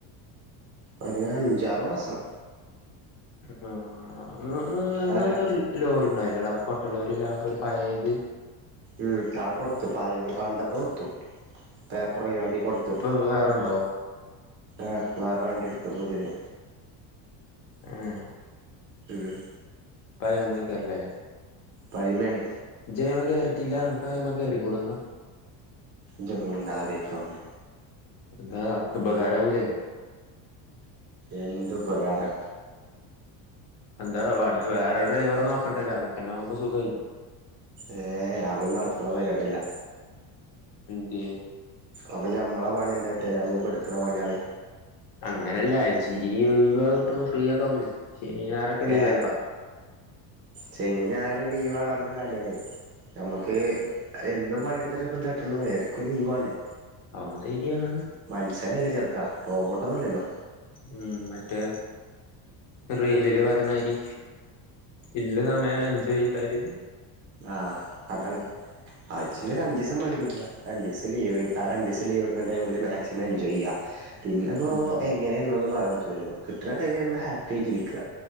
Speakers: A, on the right; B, on the left.
A: ഒരു അഞ്ചാറ്മാസം
B: മം മം
A: അതല്ല
B: നിങ്ങൾക്ക് രുലോറണ്ടായിനോട ക്കൊട്ടലോറി? ഒരുപഴത്
A: ഉം അകൊടുത്തു പായത് പണ്ടത്തെകൊടുത്തു പേപ്പർഒഴിവാക്കികൊടുത്തു
B: ഇപ്പൊ വേറെണ്ടോ
A: ആഹ വേറെവണ്ടിടുത്തു പുതിയത്
B: മമം
A: മം
B: ഉപ്പ ഉമ്മക്കൊ അറിലെ
A: പൈമേണ്
B: ജയ്മ്മേകയറിട്ടില്ല അൻക്കയിമ്മേകേറികൂടെന്ന
A: ജൊന്നുമുണ്ടാതെപൊയ്ക്കാവ്ട്ന്ന്
B: ന്താ അൻക്ക്ഉപകാരാവുലെ
A: എന്തു ഉപകാരം
B: എന്താ വ വേറെഡ്രൈവറെനോക്കണ്ടല്ലേ അനക്കന്നെവുമ്പോസുഖയിലെ
A: ഏ അതോന്നുനടക്കുണപരിപാടില്ല
B: ഏ
A: അപ്പൊഞമ്മളെപണിയന്താട്ട ഞമ്മള് ഇപ്പോ എടുക്കുന്ന പണിക്കൾ
B: അങ്ങനെല്ല അയച്ചി <unintelligible> കിട്ടുമ്പോ ഫ്രീയൊക്കെആവുബ്ലേയ് ശനിഞയറൊക്കെ ലീവഅല്ലടാ
A: ഏ ശനി ഞായർ ലീവാണ് പറഞ്ഞിട്ട് കാര്യല്ല ഞമ്മക്ക് എന്നുംപണിയെടുത്തിട്ടപ്പന്താട്ടുണു എടക്ക് ഒരു ലീവ് വേണ്ടേ
B: അവൻ ശരിയാണ്
A: മനുഷ്യനല്ലേചെർക്കാ റോബോട്ടൊന്നുല്ലല്ലോ
B: ഉം മറ്റേ റീലില് പറയ്ണ മാതിരി ഇല്ലസമയം എൻജോയ് ചെയ്താൽ
A: ആ അതാണ് ആയിച്ചീലരു അഞ്ചീസ്സം പണിട്ക്കാ രണ്ടീസ്സം ലീവ് ആരണ്ടീസ്സം ലീവ് എടുക്ക്ണ ടൈമില് മാക്സിമം എൻജോയ്ചെയ്യാ പിന്നെപ്പോ
B: ഉം
A: എങ്ങനെയന്നൊന്നും പറാൻ പറ്റുല്ലല്ലോ കിട്ട്ണ ടൈ മിൽ നമ്മൾ ഹാപ്പി ആയിട്ടിരിക്ക